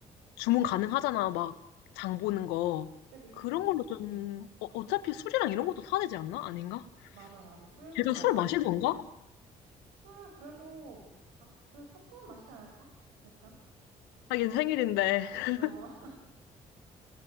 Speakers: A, on the left; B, on the right.
A: 주문 가능하잖아. 막 장 보는 거.
B: 그지, 그지.
A: 그런 걸로 좀,
B: 응.
A: 어, 어차피 술이랑 이런 것도 사야 되지 않나? 아닌가?
B: 맞아, 맞아. 술도
A: 걔가
B: 사야
A: 술
B: 되고.
A: 마시던가?
B: 술, 그래도, 아, 그래도 조금 마시지 않을까? 약간?
A: 하긴 생일인데 <laughs>
B: 어.